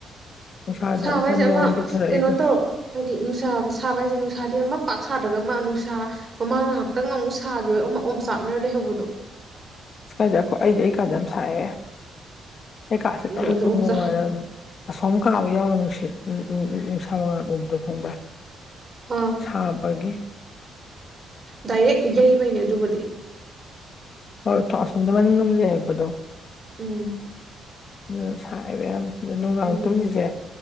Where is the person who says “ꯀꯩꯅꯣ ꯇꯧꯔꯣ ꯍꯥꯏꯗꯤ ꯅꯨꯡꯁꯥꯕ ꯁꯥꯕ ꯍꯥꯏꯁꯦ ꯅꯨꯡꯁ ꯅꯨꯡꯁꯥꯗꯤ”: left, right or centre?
Right